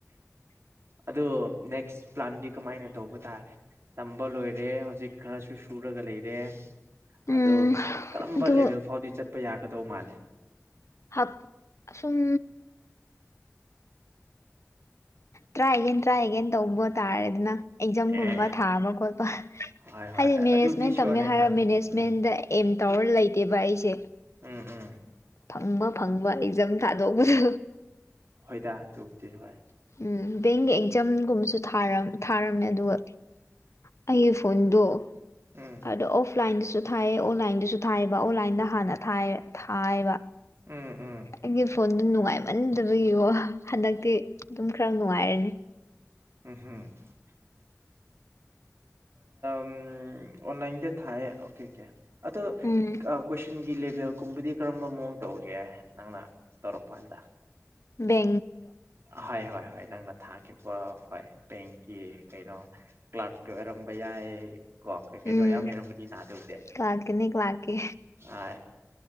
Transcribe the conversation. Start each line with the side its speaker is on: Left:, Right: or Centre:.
Right: ꯑꯗꯣ ꯅꯦꯛꯁ ꯄ꯭ꯂꯥꯟꯗꯤ ꯀꯃꯥꯏꯅ ꯇꯧꯕ ꯇꯥꯔꯦ ꯇꯝꯕ ꯂꯣꯏꯔꯦ ꯍꯧꯖꯤꯛ ꯈꯔꯁꯨ ꯁꯨꯔꯒ ꯂꯩꯔꯦ ꯑꯗꯣ
Left: ꯎꯝ
Right: ꯀꯔꯝꯕ
Left: ꯑꯗꯨ
Right: ꯂꯦꯚꯦꯜ ꯐꯥꯎꯗꯤ ꯆꯠꯄ ꯌꯥꯒꯗꯧ ꯃꯥꯜꯂꯦ
Left: ꯍꯥꯞ ꯑ ꯁꯨꯝ ꯇꯔꯥꯒꯦꯟ ꯇ꯭ꯔꯥ ꯍꯒꯦꯟ ꯇꯧꯕ ꯇꯥꯔꯦꯗꯅ ꯑꯦꯛꯖꯥꯝꯒꯨꯝꯕ
Right: ꯑꯦ
Left: ꯊꯥꯕ ꯈꯣꯠꯄ
Right: ꯍꯣꯏ ꯍꯣꯏ
Left: ꯍꯥꯏꯗꯤ ꯃꯦꯅꯦꯖꯃꯦꯟ
Right: ꯑꯗꯨꯕꯨꯗꯤ ꯁꯤꯌꯣꯔꯅꯦ
Left: ꯇꯝꯃꯦ ꯍꯥꯏꯔ
Right: ꯍꯣꯏ
Left: ꯃꯦꯅꯦꯖꯃꯦꯟꯗ
Right: ꯎꯝ
Left: ꯑꯦꯝ ꯇꯧꯔ ꯂꯩꯇꯦꯕ ꯑꯩꯁꯦ
Right: ꯎꯝ ꯎꯝ
Left: ꯐꯪꯕ ꯐꯪꯕ ꯑꯦꯖꯝ ꯊꯥꯗꯣꯛꯧꯕꯗ
Right: ꯍꯣꯏꯗꯥ ꯑꯗꯨꯕꯨꯗꯤ ꯍꯣꯏ
Left: ꯎ ꯕꯦꯡꯒꯤ ꯑꯦꯛꯖꯥꯝꯒꯨꯝꯕꯁꯨ ꯊꯥꯔ ꯊꯥꯔꯝꯃꯦ ꯑꯗꯨꯒ ꯑꯩꯒꯤ ꯐꯣꯟꯗꯣ
Right: ꯎꯝ
Left: ꯑꯗꯣ ꯑꯣꯐꯂꯥꯏꯟꯗ ꯊꯥꯏꯑ ꯑꯣꯟꯂꯥꯏꯟꯗꯁꯨ ꯊꯥꯏꯑꯕ ꯑꯣꯟꯂꯥꯏꯟꯗ ꯍꯥꯟꯅ ꯊꯥꯏꯕ
Right: ꯎꯝ ꯎꯝ
Left: ꯑꯩꯒꯤ ꯐꯣꯟꯗꯨ ꯅꯨꯡꯉꯥꯏꯃꯟꯗꯕ ꯌꯦꯉꯣ ꯍꯟꯗꯛꯇꯤ ꯑꯗꯨꯝ ꯈꯔ ꯅꯨꯡꯉꯥꯏꯔꯅꯤ
Right: ꯎꯝ ꯍꯝ ꯝ ꯑꯣꯟꯅꯥꯥꯏꯟꯗ ꯊꯥꯏ ꯑꯣꯀꯦ ꯑꯣꯀꯦ ꯑꯗꯣ
Left: ꯎꯝ
Right: ꯀꯣꯏꯁꯟꯒꯤ ꯇꯕꯦꯜ ꯀꯨꯝꯕꯗꯤ ꯀꯔꯝꯕ ꯃꯑꯣꯡ ꯇꯧꯒꯦ ꯅꯪꯅ ꯇꯧꯔꯛꯄꯥꯟꯗ
Left: ꯕ
Right: ꯍ ꯍꯣꯏ ꯍꯣꯏ ꯅꯪꯅ ꯊꯥꯈꯤꯕ ꯍꯣꯏ ꯕꯦꯡꯀꯤ ꯀꯩꯅꯣ ꯀ꯭ꯂꯥꯛꯀꯤ ꯑꯣꯏꯔꯝꯕ ꯌꯥꯏ ꯀꯣ ꯀꯩ ꯀꯩꯅꯣ
Left: ꯎꯝ
Right: ꯌꯥꯝ ꯂꯩꯔꯝꯒꯗꯤ ꯅꯥ ꯇꯧꯗꯦ
Left: ꯀ꯭ꯂꯥꯛꯀꯤꯅꯤ ꯀ꯭ꯂꯥꯛꯀꯤ
Right: ꯑ